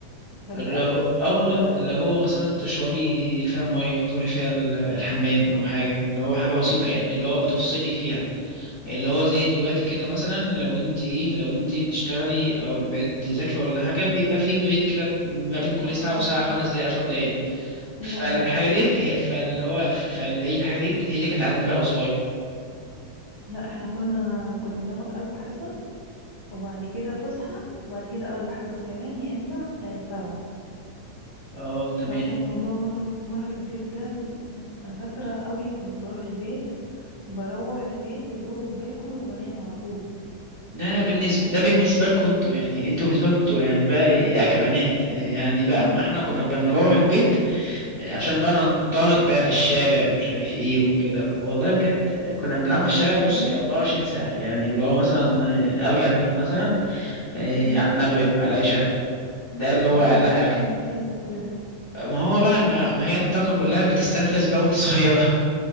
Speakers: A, on the right (about 35°); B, on the left (about 30°).
A: ده بجد
B: اللي هو اه والله اللي هو مثلا تشربي فيها ميه تروحي فيها ال- الحمام او حاجه اللي هو حاجه بسيطه
A: امم
B: يعني اللي هو بتفصلي فيها اللي هو زي دلوقتي كده مثلا لو انت ايه لو انت بتشتغلي او بتذاكري ولا حاجه بيبقى في بريك كده ما بين كل
A: اه
B: ساعه وساعه
A: اه
B: خمس دقايق عشر دقايق
A: لا
B: فالحاجه
A: لا
B: دي هي- فاللي هو فاللي هي الحاجه دي هي دي كانت عندي بقى قصير
A: لا احنا كنا كنا بناخد اربع حصص وبعد كده فسحة وبعد كده اربع حصص كمان يا اما آه سبعة
B: اه تمام
A: فكان الموضوع مرهق مرهق جدا انا فاكرة قوي كنت بروح البيت بروح البيت يا دوب باكل وبنام على طول
B: ده
A: ايه
B: بالنسبه
A: انا
B: ده بالنسبه لكم انتوا يعني انتوا بالنسبه لكم انتوا يعني بقى ايه يا كبنات يعني بقى
A: امم
B: اما احنا كنا بنروح البيت عشان بقى ننطلق بقى في الشارع ومش عارف ايه وكده والله بجد كنا بنلعب في الشارع بص
A: بتجيبوا
B: إيه 24 ساعة يعني اللي هو مثلا آه، ارجع البيت مثلا آه،
A: امم
B: على المغرب على العشاء ده اللي هو
A: بتجيبوا
B: اقل
A: طاقة
B: حاجة
A: من فين لكل ده
B: ما هو بقى ما, ما هي الطاقة كلها بتستنفذ بقى وانت صغيرة